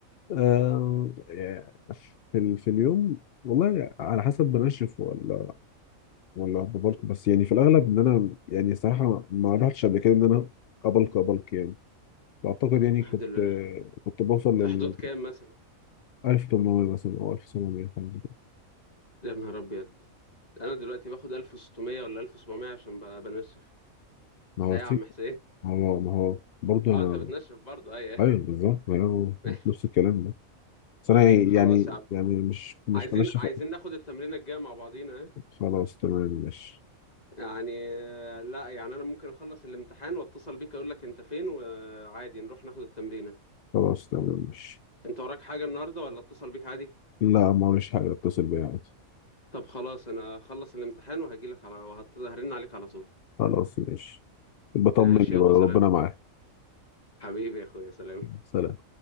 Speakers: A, on the left (about 65°); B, on the left (about 30°).
A: آه آه، في ال- في اليوم والله على حسب بنشف ولا ولا ببلك بس يعني في الاغلب ان انا يعني صراحه ما رحتش قبل كده ان انا ابلك ابلك يعني فاعتقد يعني
B: <laughs>
A: كنت
B: دلوقتي
A: كنت بوصل
B: في
A: لل
B: حدود كام مثلا
A: 1800 مثلا او 1700 حاجه زي كده
B: يا نهار ابيض انا دلوقتي باخد 1600 ولا 1700 عشان ب- بنشف
A: ما هو
B: تا
A: سيك-
B: يا عم حسين
A: ما هو ما هو برضه
B: اه
A: انا
B: انت بتنشف برضه اي
A: ايوه
B: <laughs>
A: بالظبط ما هو
B: أي.
A: نفس الكلام ده بس انا يعني
B: خلاص يا عم
A: يعني مش مش
B: عايزين
A: بنشف
B: عايزين ناخد التمرينه الجايه مع بعضينا ها؟
A: خلاص تمام ماشي
B: يعني آه، لا يعني انا ممكن اخلص الامتحان واتصل بيك اقول لك انت فين وعادي نروح ناخد التمرينه
A: خلاص تمام ماشي
B: انت وراك حاجه النهارده ولا اتصل بيك عادي
A: لا ما هوش حاجة اتصل بيها عادي
B: طب خلاص انا اخلص الامتحان وهجيلك على وهرن عليك على طول
A: خلاص ماشي بطمني
B: ماشي يلا
A: بقى ربنا
B: سلام
A: معاك
B: حبيبي يا اخويا سلام
A: سلام